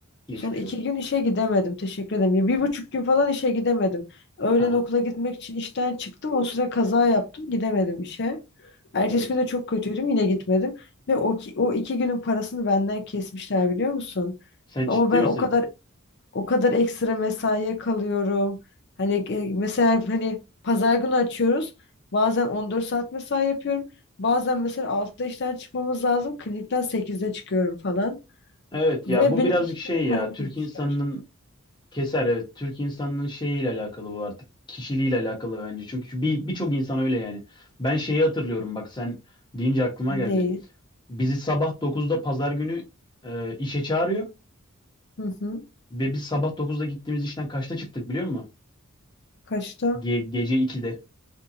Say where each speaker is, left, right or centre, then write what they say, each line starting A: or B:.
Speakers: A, on the left; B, on the left.
A: Geçmiş
B: Sonra iki
A: olsun.
B: gün işe gidemedim. Teşekkür ederim. Ya bir buçuk gün falan işe gidemedim. Öğlen
A: Aha,
B: okula gitmek için işten çıktım. O sıra kaza yaptım. Gidemedim işe. Ertesi
A: evet.
B: gün de çok kötüydüm. Yine gitmedim. Ve o, ki- o iki günün parasını benden kesmişler biliyor musun?
A: Sen ciddi
B: Ama ben
A: misin?
B: o kadar o kadar ekstra mesaiye kalıyorum. Hani e, mesela hani pazar günü açıyoruz. Bazen 14 saat mesai yapıyorum. Bazen mesela 6'da işten çıkmamız lazım. Klinikten sekizde çıkıyorum falan.
A: Evet
B: Ve
A: ya bu
B: benim
A: birazcık
B: iki
A: şey
B: günlük
A: ya
B: paramı
A: Türk
B: kesmişler.
A: insanının Keser evet. Türk insanının şeyiyle alakalı bu artık. Kişiliğiyle alakalı bence. Çünkü bir birçok insan öyle yani. Ben şeyi hatırlıyorum bak sen deyince aklıma
B: Ne?
A: geldi. Bizi sabah dokuzda pazar günü e, işe çağırıyor
B: Hı hı.
A: ve biz sabah dokuzda gittiğimiz işten kaçta çıktık biliyor musun?
B: Kaçta?
A: Ge- gece 2'de.